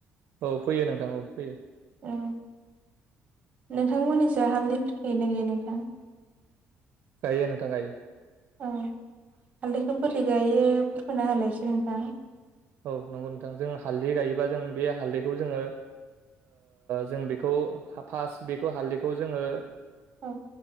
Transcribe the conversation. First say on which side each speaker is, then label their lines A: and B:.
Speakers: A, on the right; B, on the right.
A: औ फैयो नोंथां औ फैयो
B: औ नोंथांमोननिसो हालदैफोरख ना गैया नोंथां
A: गायो नोंथां गायो
B: औ हालदैखौ बोरै गायो फोरमायना होलायसै नोंथाङा
A: औ नंगौ नोंथां जों हालदै गायोबा जों बे हालदैखौ जोङो जों बेखौ फास्ट बेखौ हालदैखौ जोङो
B: औ